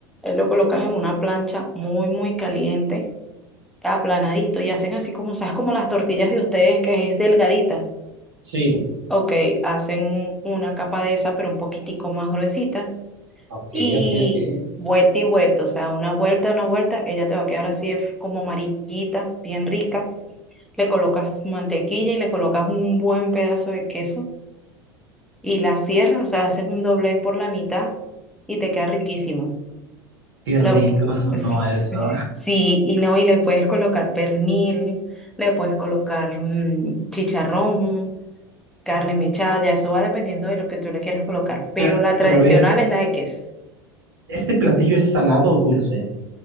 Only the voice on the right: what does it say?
sí.
Ok,
ok, ok.
Qué
rico
sonó eso.
Pero,
pero a ver,
¿Este platillo es salado o dulce?